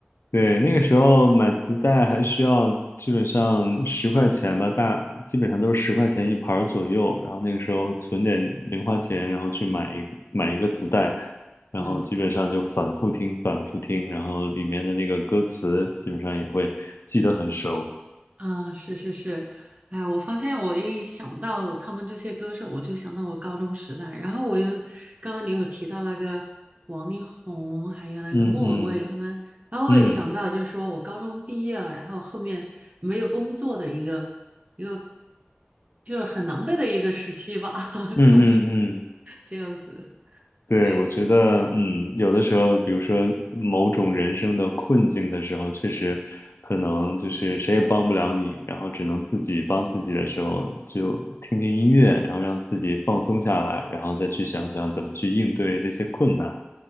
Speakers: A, on the left (about 80°); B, on the right (about 35°).
A: 对，那个时候买磁带还需要基本上十块钱吧，大基本上都是十块钱一盘儿左右，然后那个时候存点零花钱，然后去买一个买一个磁带，然后基本上就反复听反复听，
B: 嗯
A: 然后里面的那个歌词基本上也会记得很熟，
B: 嗯，是是是，哎，我发现我一想到他们这些歌手，我就想到我高中时代。然后我又刚刚你有提到那个王力宏，还有那个莫文蔚他们，
A: 嗯
B: 然后我也想到，
A: 嗯
B: 就是说我高中毕业了，然后后面没有工作的一个一个，就是很狼狈的一个时期吧，<laughs>
A: 嗯嗯嗯嗯。
B: 算是
A: 嗯
B: 这样子。
A: 对，
B: 对，
A: 我觉得，嗯，有的时候，比如说某种人生的困境的时候，确实可能就是谁也帮不了你，然后只能自己帮自己的时候，就听听音乐，然后让自己放松下来，然后再去想想怎么去应对这些困难。